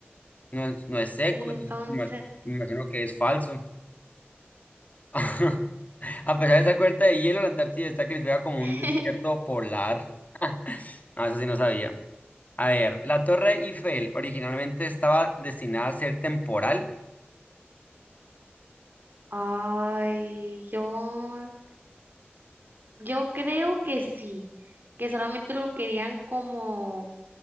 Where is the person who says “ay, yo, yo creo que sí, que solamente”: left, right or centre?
Right